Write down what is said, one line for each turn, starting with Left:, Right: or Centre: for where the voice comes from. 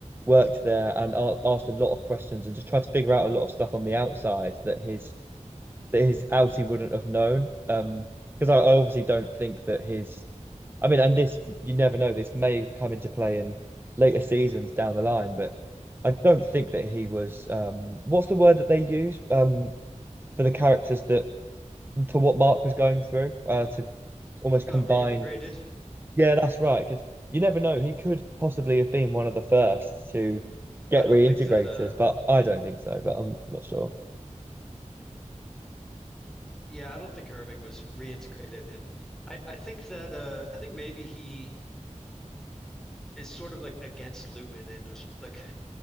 Right: worked there and a- asked a lot of questions and just tried to figure out a lot of stuff on the outside that his that his outie wouldn't have known. Um, because I, I obviously don't think that his I mean, and this, you never know, this may come into play in later seasons down the line, but I don't think that he was, um, what's the word that they use, um, for the characters that, for what Mark was going through, uh, to almost combine
Centre: Uh reintegrated.
Right: his, yeah, that's right, because you never know, he could possibly have been one of the first to get
Centre: I don't
Right: reintegrated,
Centre: think that uh
Right: but I don't think so, but I'm not sure.
Centre: yeah, I don't think Irving was reintegrated. I I think that uh I think maybe he is sort of like against Lumen and was like